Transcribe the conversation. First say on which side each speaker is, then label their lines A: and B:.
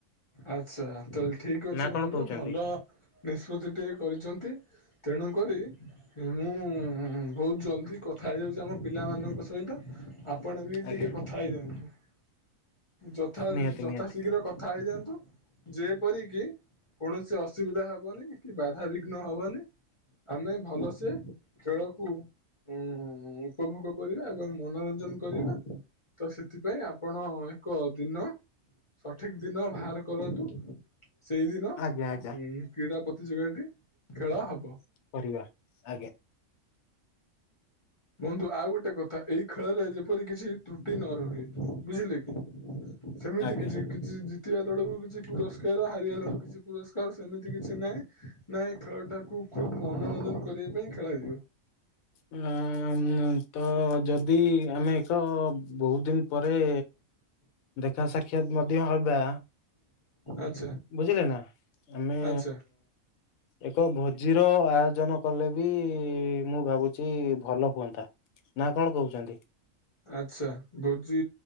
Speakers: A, on the left (about 35°); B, on the left (about 90°).
A: ଆଛା ତାହେଲେ ଠିକ ଅଛି
B: ନା କଣ
A: ବନ୍ଧୁ
B: କହୁଛନ୍ତି?
A: ଭଲ ନିଷ୍ପତ୍ତି ଟିକେ କରିଛନ୍ତି। ତେଣୁକରି ମୁଁ ବହୁତ ଜଲଦି କଥା ହେଇଯାଉଛି ଆମ ପିଲାମାନଙ୍କ ସହିତ। ଆପଣ ଏ ବି
B: ଆଜ୍ଞା
A: ଟିକେ କଥା ହେଇଯାଆନ୍ତୁ ଯଥା
B: ନିହାତି
A: ଯଥା
B: ନିହାତି
A: ଶୀଘ୍ର କଥା ହେଇଯାଆନ୍ତୁ। ଯେପରିକି କୌଣସି ଅସୁବିଧା ହବନି କି ବାଧାବିଘ୍ନ ହବନି। ଆମେ ଭଲସେ ଖେଳକୁ ଉଁ ଉପଭୋଗ କରିବା ଏବଂ ମନୋରଞ୍ଜନ କରିବା। ତ ସେଥିପାଇଁ ଆପଣ ଏକ ଦିନ ସଠିକ ଦିନ ବାହାର କରନ୍ତୁ ସେଇଦିନ
B: ଆଜ୍ଞା ଆଜ୍ଞା।
A: ଉମ୍ କ୍ରୀଡ଼ା ପ୍ରତିଯୋଗିତାଟି ଖେଳ ହବ।
B: କରିବା ଆଜ୍ଞା।
A: ବନ୍ଧୁ ଆଉ ଗୋଟେ କଥା ଏଇ ଖେଳରେ ଯେପରି କିଛି ତ୍ରୁଟି ନ ରହେ ବୁଝିଲେ କି? ସେମିତି
B: ଆଜ୍ଞା
A: କିଛି କିଛି ଜିତିବା ଦଳକୁ କିଛି ପୁରସ୍କାର ହାରିବା ଦଳକୁ କିଛି ପୁରସ୍କାର ସେମିତି କିଛି ନାହିଁ। ନାଇଁ ଖେଳଟାକୁ ଖୁବ ମନୋରଞ୍ଜନ କରିବା ପାଇଁ ଖେଳାଯିବ।
B: <unintelligible> ତ ଯଦି ଆମେ ଏକ ବହୁତ ଦିନ ପରେ। ଦେଖା ସାକ୍ଷାତ ମଧ୍ୟ ହବା।
A: ଆଚ୍ଛା।
B: ବୁଝିଲେନା ଆମେ
A: ଆଚ୍ଛା
B: ଏକ ଭୋଜିର ଆୟୋଜନ କଲେ ବି ମୁଁ ଭାବୁଛି ଭଲ ହୁଅନ୍ତା। ନା କଣ କହୁଛନ୍ତି?
A: ଆଚ୍ଛା ଭୋଜି